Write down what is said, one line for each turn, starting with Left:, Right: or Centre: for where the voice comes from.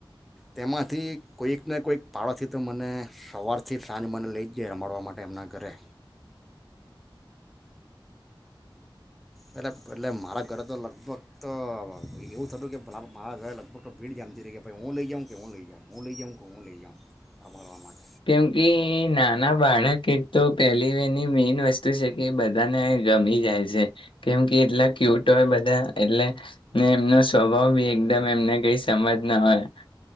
Centre: તેમાંથી કોઈકને કોઈક પાડોશી તો મને સવારથી સાંજ મને લઈ જાય રમાડવા માટે એમના ઘરે એટલે એટલે મારા ઘરે તો લગભગ તો એવું થતું કે પેલા મારા ઘરે લગભગ તો ભીડ જામતી હતી, કે ભાઈ હું લઈ જાઉં કે હું લઈ જાઉં હું લઈ જાઉં કે હું લઈ જાઉં રમાડવા માટે
Left: કેમ કે નાના બાળક એક તો પહેલી એની મેન વસ્તુ છે, કે બધાને ગમી જાય છે કેમ કે એટલા ક્યુટ હોય બધા એટલે ને એમનો સ્વભાવ બી એકદમ એમને કઈ સમજ ના હોય,